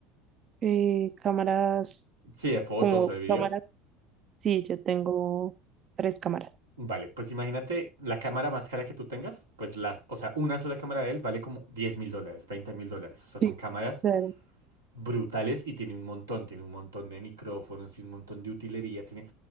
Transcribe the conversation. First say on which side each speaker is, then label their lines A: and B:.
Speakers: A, on the right; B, on the right.
A: Eh, cámaras,
B: Sí, de fotos
A: como
B: o de video.
A: cámaras, sí, yo tengo tres cámaras.
B: Vale, pues imagínate la cámara más cara que tú tengas, pues las, o sea, una sola cámara de él vale como diez mil dólares, veinte mil dólares. O sea, son
A: Sí,
B: cámaras
A: claro.
B: brutales y tiene un montón, tiene un montón de micrófonos, tiene un montón de utilería, tiene,